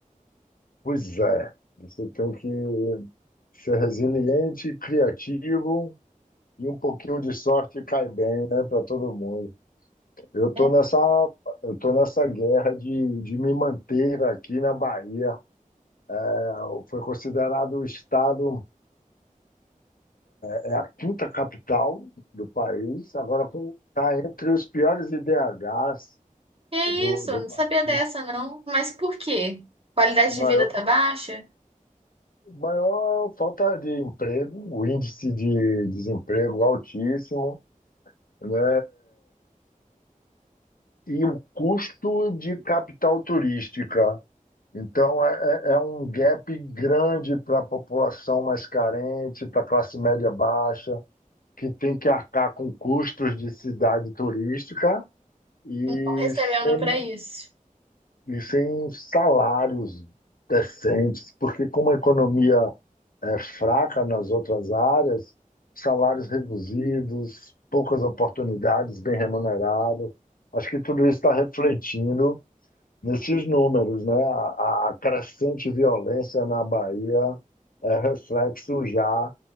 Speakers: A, on the left; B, on the right.
A: Pois é, você tem que ser resiliente, criativo e um pouquinho de sorte cai bem, né, para todo mundo. Eu tô
B: É,
A: nessa, eu tô nessa guerra de, de me manter aqui na Bahia. É, Foi considerado o estado, é a quinta capital do país, agora está entre os piores IDHs
B: Que
A: do,
B: isso?
A: do
B: Eu não
A: país.
B: sabia dessa, não. Mas por quê? Qualidade
A: Maior
B: de vida tá baixa?
A: maior falta de emprego, o índice de desemprego altíssimo, né? E o custo de capital turística. Então, é, é é um gap grande para a população mais carente, para a classe média baixa, que tem que arcar com custos de cidade turística e
B: Estão recebendo
A: sem,
B: pra isso.
A: e sem salários decentes, porque como a economia é, fraca nas outras áreas, salários reduzidos, poucas oportunidades, bem remunerado. Acho que tudo isso está refletindo nesses números, né? A, a crescente violência na Bahia é reflexo já